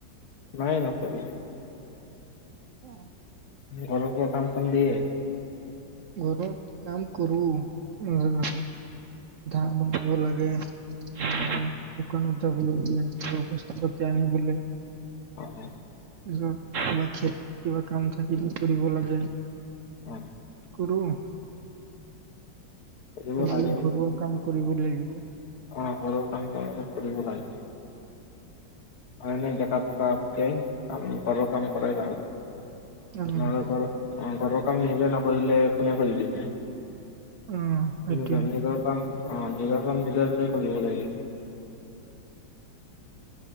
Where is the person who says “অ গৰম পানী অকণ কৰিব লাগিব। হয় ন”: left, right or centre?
Left